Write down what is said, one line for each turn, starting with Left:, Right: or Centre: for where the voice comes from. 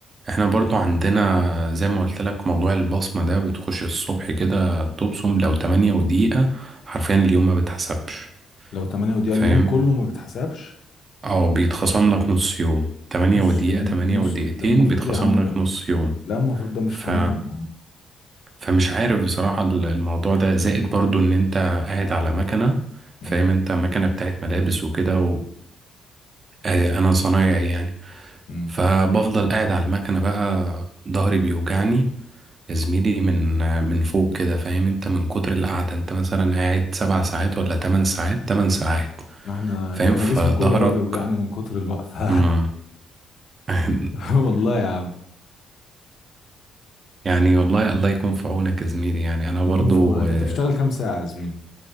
Right: احنا برضو عندنا زي ما قلت لك موضوع البصمة ده بتخش الصبح كده تبصم لو تمانية ودقيقة حرفيا اليوم ما بتحسبش
Left: لو 8 دقيقة
Right: فاهم
Left: اليوم كله ما بيتحسبش
Right: اه بيتخصم لك نص يوم تمانية
Left: نص
Right: ودقيقة
Left: يوم
Right: تمانية
Left: نص
Right: ودقيقتين
Left: لا المفروض
Right: بيتخصم
Left: يا عم ده
Right: لك نص يوم
Left: لا المفروض ده مش
Right: ف...
Left: قانوني يا عم
Right: فمش عارف بصراحة ال- الموضوع ده زائد برضو ان انت قاعد على مكنة
Left: امم
Right: فاهم انت مكنة بتاعت ملابس وكده وانا صنايعي يعني
Left: امم
Right: فبفضل قاعد على المكنة بقى ظهري بيوجعني يا زميلي من من فوق كده فاهم انت من كتر القعدة انت مثلا قاعد سبع ساعات ولا تمن ساعات تمن ساعات
Left: احنا
Right: فاهم
Left: انا
Right: فظهرك
Left: جسمي كله بقى بيوجعني من كتر الوقفة
Right: مم. <laughs>
Left: <laughs> والله يا عم
Right: يعني والله الله يكون في عونك يا زميلي يعني انا برضو
Left: بيكون في عونك
Right: آه،
Left: انت بتشتغل كام ساعة يا زميلي